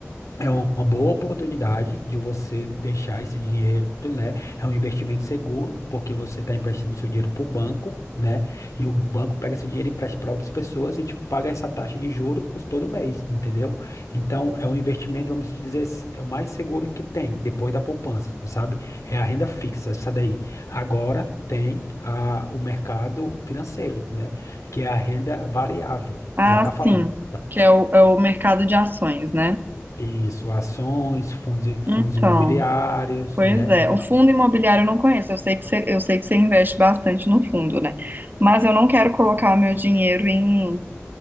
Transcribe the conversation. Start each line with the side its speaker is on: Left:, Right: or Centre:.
Left: é uma boa oportunidade de você deixar esse dinheiro, né? É um investimento seguro, porque você está emprestando seu dinheiro para o banco, né? E o banco pega esse dinheiro e empresta para outras pessoas e te paga essa taxa de juros todo mês, entendeu? Então, é um investimento, vamos dizer, s- é o mais seguro que tem, depois da poupança, sabe? É a renda fixa, essa daí. Agora tem a, o mercado financeiro, né? Que é a renda variável,
Right: ah,
Left: que já está falando.
Right: sim,
Left: tá?
Right: que é o, é o mercado de ações, né?
Left: Isso, ações, fundos, i- fundos
Right: Então,
Left: imobiliários,
Right: pois
Left: né?
Right: é.
Left: Então,
Right: O fundo imobiliário eu não conheço. Eu sei que você, eu sei que você investe bastante no fundo, né? Mas eu não quero colocar o meu dinheiro em